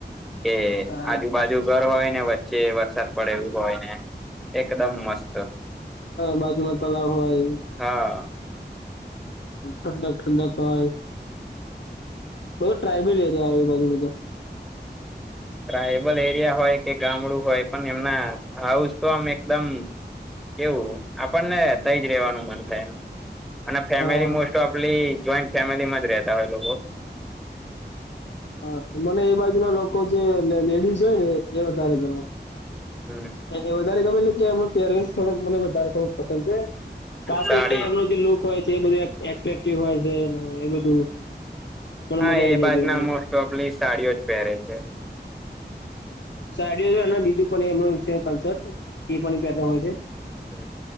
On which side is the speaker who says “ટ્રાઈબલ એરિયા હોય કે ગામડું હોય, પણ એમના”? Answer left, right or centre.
Centre